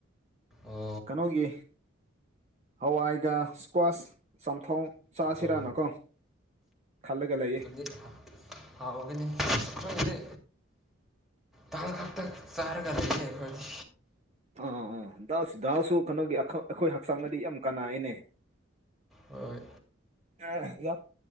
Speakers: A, in the centre; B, on the right.
A: ꯑꯣ
B: ꯀꯩꯅꯣꯒꯤ꯫ ꯍꯋꯥꯏꯒ ꯏꯁꯀ꯭ꯋꯥꯁ ꯆꯝꯊꯣꯡ ꯆꯥꯁꯤꯔꯥꯅꯀꯣ
A: ꯑꯣ
B: ꯈꯜꯂꯒ ꯂꯩꯌꯦ
A: <unintelligible> ꯍꯥꯎꯒꯅꯤ ꯑꯩꯈꯣꯏꯗꯤ ꯗꯥꯜ ꯇꯛ ꯆꯥꯔꯒ ꯂꯩꯌꯦ ꯑꯩꯈꯣꯏꯗꯤ
B: ꯑꯥ ꯑꯥ ꯗꯥꯜꯁꯨ ꯀꯩꯅꯣꯒꯤ ꯑꯩꯈꯣꯏ ꯍꯛꯆꯥꯡꯅꯗꯤ ꯌꯥꯝ ꯀꯥꯟꯅꯩꯌꯦꯅꯦ
A: ꯍꯣꯏ
B: ꯑ ꯌꯥꯝ